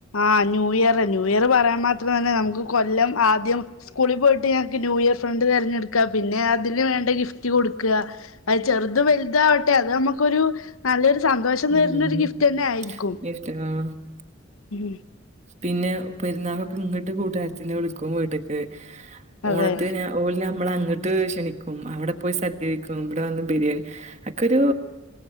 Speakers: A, on the left (about 85°); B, on the right (about 35°).
A: ആ ന്യൂ ഇയർ ന്യൂ ഇയർ പറയുമ്പം അത്രം തന്നെ നമുക്ക് കൊല്ലം ആ- ആദ്യം സ്കൂളിൽ പോയിട്ട് ഞങ്ങൾക്ക് ന്യൂ ഇയർ ഫ്രണ്ട് തെരെഞ്ഞടുക്കാം പിന്നെ അതിന് വേണ്ട ഗിഫ്റ്റ് കൊടുക്ക- അത് ചെറുത് വലുത് ആവട്ടെ അത് നമുക്കൊരു നല്ലൊരു- സന്തോഷം
B: ഉം
A: തരുന്ന ഒരു ഗിഫ്റ്റ് തന്നെ ആയിരിക്കും
B: ഗിഫ്റ്റ് ആ
A: ഉം
B: പിന്നെ പെരുന്നാളൊക്കെ ഇങ്ങോട്ട് കൂട്ടുകാരത്തിെ വിളിക്കും വീട്ട്ക്ക് ഓണത്തിന്
A: അതെ
B: ഓല് നമ്മളെ അങ്ങ് - എന്നിട്ട് ക്ഷണിക്കും അവിടെ പോയി സദ്യ കഴിക്കും ഇവിടെ വന്ന് ബിരിയാണി ഒക്കെരു